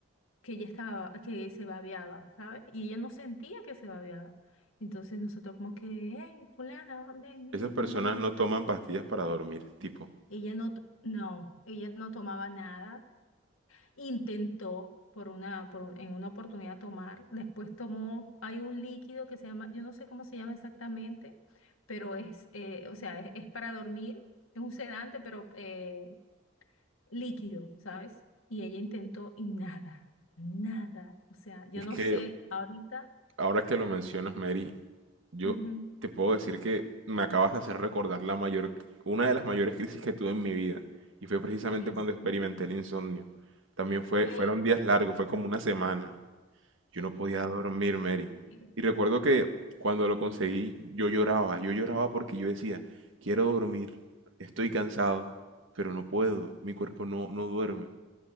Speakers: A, on the left; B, on the right.
A: que ella estaba, que se babeaba, ¿sabes? Y ella no sentía que se babeaba. Entonces nosotros como que, hey, fulana, ven, ven,
B: Esas personas
A: vamos a limpiarte
B: no toman
A: la boca.
B: pastillas para dormir, tipo.
A: Ella no, to- no, ella no tomaba nada. Intentó por una, por, un- en una oportunidad tomar. Después tomó, hay un líquido que se llama, yo no sé cómo se llama exactamente, pero es, eh, o sea, es, es para dormir. Es un sedante, pero eh, líquido, ¿sabes? Y ella intentó y nada, nada. O sea, yo
B: Es
A: no
B: que,
A: sé ahorita,
B: Ahora que lo mencionas, Mary, yo
A: ujú,
B: te puedo decir que me acabas de hacer recordar la mayor, una de las mayores crisis que tuve en mi vida, y fue precisamente
A: en
B: cuando
A: serio,
B: experimenté el insomnio. También fue,
A: ¡Ah!
B: fueron días largos,
A: es
B: fue
A: horrible.
B: como una semana. Yo no podía dormir, Mary.
A: Eh,
B: Y recuerdo que cuando lo conseguí, yo lloraba, yo lloraba porque yo decía, quiero dormir, estoy cansado, pero no puedo, mi cuerpo no, no duerme.